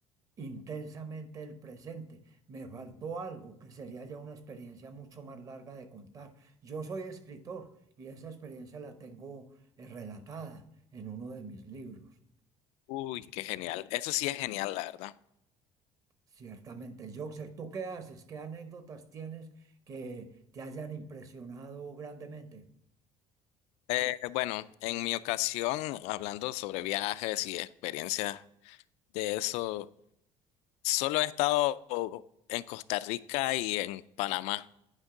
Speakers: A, on the right; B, on the left.
A: intensamente el presente. Me faltó algo que sería ya una experiencia mucho más larga de contar. Yo soy escritor y esa experiencia la tengo eh, relatada en uno de mis libros.
B: Uy, qué genial. Eso sí es genial, la verdad.
A: Ciertamente, Joxer, ¿tú qué haces? ¿Qué anécdotas tienes que te hayan impresionado grandemente?
B: Eh, bueno, en mi ocasión, hablando sobre viajes y experiencias de eso, solo he estado en Costa Rica y en Panamá.